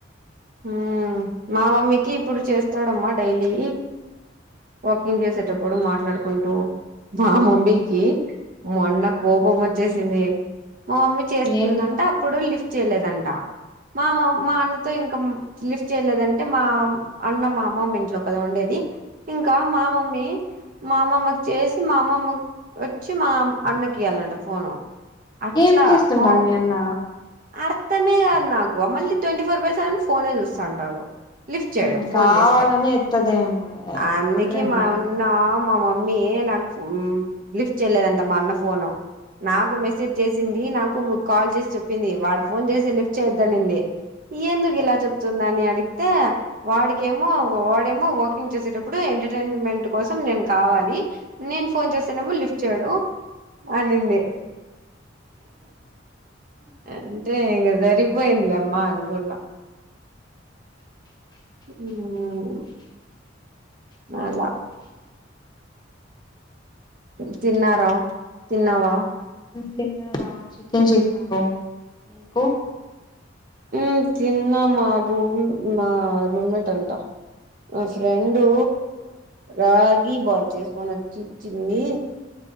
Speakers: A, on the right; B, on the left.
A: హ్మ్, మా మమ్మీకి ఇప్పుడు చేస్తాడమ్మా, డైలీ వాకింగ్ చేసేటప్పుడు మాట్లాడుకుంటూ. మా మమ్మీకి, మొన్న కోపం వచ్చేసింది. మా మమ్మీ చేస్తుందంట,
B: దేనికి
A: అప్పుడు లిఫ్ట్ చేయలేదంట. మా మా అన్నతో ఇంకా లిఫ్ట్ చేయలేదంటే, మా అన్న మా అమ్మమ్మ ఇంట్లో గదా ఉండేది. ఇంకా మా మమ్మీ మా అమ్మమ్మకు చేసి, మా అమ్మమ్మ వచ్చి, మా అన్నకి ఇయ్యాలంట ఫోన్ అట్లా
B: ఏం చేస్తుంటాడు
A: మామ్
B: మీ అన్న
A: అర్థమే గాదు, నాకు మళ్ళీ ట్వంటీ ఫోర్ బై సెవెన్ ఫోనే చూస్టాఉంటాడు. లిఫ్ట్ చేయడు,
B: ఉమ్
A: ఫోన్
B: కావాలనే
A: జేస్తే
B: ఎత్తదేం
A: అందుకే,
B: ఒకట్రే మీ
A: మా అన్న మా మమ్మీ నాకు లిఫ్ట్ చెయలేదంట, మా అన్న ఫోను నాకు మెసేజ్ చేసింది. నాకు కాల్ జేసి చెప్పింది. వాడు ఫోన్ చేసి లిఫ్ట్ చేయిద్దానింది. ఎందుకిల అని అడిగితే వాడికేమో వాడేమో ఓ సేటప్పుడు ఎంటర్టైన్మెంట్ కోసం నేను కావాలి. నేను ఫోన్ చేస్తనేమో, లిఫ్ట్ చేయడు. అనింది. అంటే, ఇంగా సరిపోయిందలేమ్మా అంటున్న ఉమ్ అలా తిన్నారా? తిన్నవా?
B: తిన్నారా, చికెన్ చేసినాను. మీకు
A: మ్ తిన్న మా రూమ్, మా రూమ్మేట్ అంటా. నా ఫ్రెడూ రాగి బ చేసుకొని, వచ్చి ఇచ్చింది.